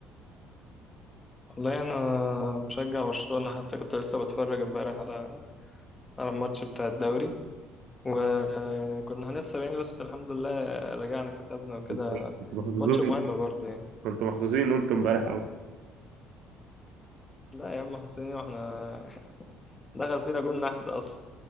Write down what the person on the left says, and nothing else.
والله انا بشجع برشلونة حتى كنت لسه بتفرج امبارح على على الماتش بتاع الدوري وكنا هنخسر يعني بس الحمد لله رجعنا كسبنا وكده
ماتش مهم برضه يعني
لا يا عم حسيني واحنا <laughs> دخل فينا جول نحس اصلا